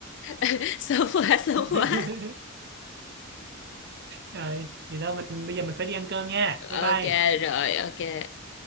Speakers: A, on the left; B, on the right.
A: <laughs> sớm quá sớm
B: <laughs>
A: quá
B: rồi thì thôi mình bây giờ mình phải đi ăn cơm nha bye bye
A: ok rồi ok